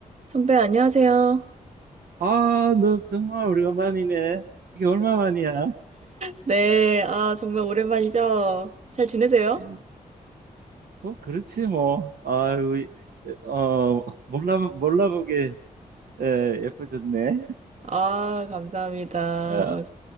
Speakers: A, on the right; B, on the right.
A: 선배, 안녕하세요.
B: 아, 너 정말 오래간만이네. 이게 얼마 만이야?
A: 네, 아, 정말 오랜만이죠? 잘 지내세요?
B: 음, 뭐, 그렇지, 뭐. 아유, 이- 어, 몰라, 몰라보게 에, 예뻐졌네.
A: 아, 감사합니다.
B: 어,
A: 어,